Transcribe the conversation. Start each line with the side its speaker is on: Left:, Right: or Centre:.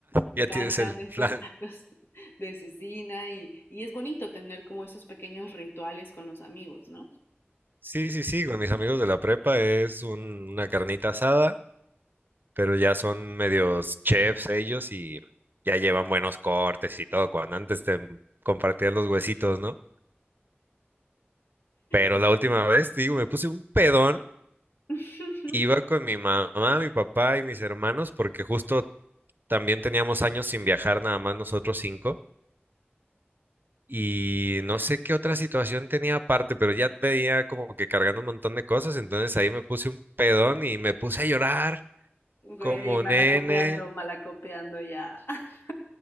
Left: Me
Right: Ya
Left: encantan
Right: tienes el
Left: esos
Right: plan.
Left: tacos <laughs> de cecina y, y es bonito tener como esos pequeños rituales con los amigos, ¿no?
Right: Sí, sí, sí, con mis amigos de la prepa es un- una carnita asada, pero ya son medios chefs ellos y ya llevan buenos cortes y todo, cuando antes te compartían los huesitos, ¿no? Pero
Left: Sí.
Right: la última vez, te digo, me puse un pedón,
Left: <laughs>
Right: iba con mi mamá, mi papá y mis hermanos, porque justo también teníamos años sin viajar, nada más nosotros cinco. Y no sé qué otra situación tenía aparte, pero ya tenía como que cargando un montón de cosas, entonces ahí me puse un pedón y me puse a llorar como
Left: Güey, malacopeando,
Right: nene.
Left: malacopeando ya. <laughs>